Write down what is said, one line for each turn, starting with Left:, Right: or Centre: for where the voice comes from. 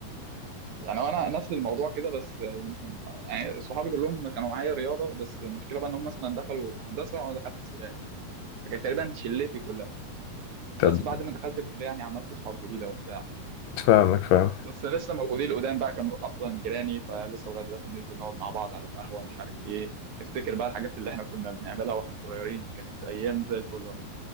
Right: يعني انا نفس الموضوع كده بس آه، يمكن يعني صحابي كلهم كانوا معايا رياضه بس المشكله بقى ان هم مثلا دخلوا هندسه وانا دخلت حسابات فكانت تقريبا شلتي كلها بس
Left: طب
Right: بعد ما دخلت الكليه يعني عملت اصحاب جديده وبتاع
Left: فاهمك فاهم
Right: بس لسه موجودين القدام بقى كانوا اصلا جيراني فلسه لغايه دلوقتي بننزل نقعد مع بعض على القهوه مش عارف ايه افتكر بقى الحاجات اللي احنا كنا بنعملها واحنا صغيرين كانت ايام زي الفل والله